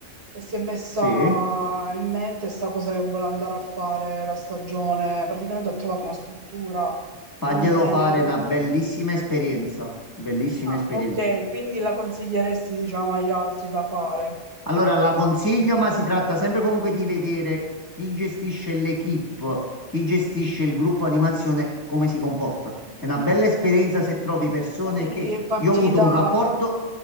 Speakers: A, on the right (about 55°); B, on the left (about 20°).
A: e si è messa
B: Sì,
A: in mente sta cosa che vuole andare a fare la stagione. Praticamente ha trovato una struttura
B: faglielo
A: in Veneto.
B: fare una bellissima esperienza, bellissima
A: Ah,
B: esperienza.
A: ok, quindi la consiglieresti, diciamo, agli altri da fare.
B: Allora, la consiglio, ma si tratta sempre comunque di vedere chi gestisce l'equipe, chi gestisce
A: Mm.
B: il gruppo animazione, come si comporta. È una bella esperienza se trovi persone
A: Lei
B: che...
A: è partita,
B: Io ho avuto un rapporto...